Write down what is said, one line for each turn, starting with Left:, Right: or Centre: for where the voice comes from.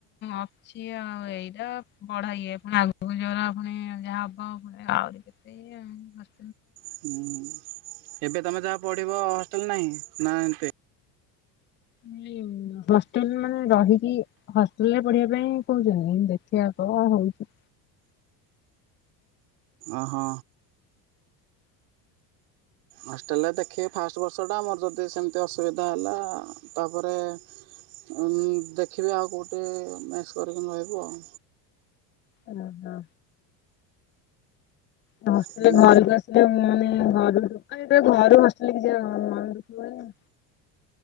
Left: ଅଛି ଆଉ ଏଇଟା ପଢା ଇଏ ପୁଣି ଆଗକୁ ଜୋଉରା ଣି ଯାହା ହବ ପୁଣି ଆହୁରି କେତେ ଇଏ ହସ
Right: ହୁଁ ଏବେ ତମେ ଯାହା ପଢିବ ହଷ୍ଟେଲ ନାହିଁ। ନା ଏମିତି
Left: ମୁଁ କହିଲି ହଷ୍ଟେଲ ମାନେ ରହିକି ହଷ୍ଟେଲରେ ପଢିବା ପାଇଁ କହୁଛନ୍ତି ଦେଖିଆ। କଣ ହଉଚି।
Right: ଓହୋ। ହଷ୍ଟେଲ ଟା ଦେଖି ଫାଷ୍ଟ ବର୍ଷଟା ଆମର ଯଦି ସେମିତି ଅସୁବିଧା ହେଲା। ତାପରେ ଉଁ ଦେଖିବି ଆଉ କେଉଠି ମେସ୍ କରିକି ରହିବୁ ଆଉ।
Left: ଓ ହୋ। ହଷ୍ଟେଲରେ
Right: ହୁଁ
Left: ଘରକୁ ଆସିଲେ ମୁଁ ମାନେ ଘରୁ ଦୋକନ ଭିତରୁ ଘରୁ ବସିଥିଲେ କିଛି ଆଉ ମନ ଦୁଃଖ ହୁଏନି।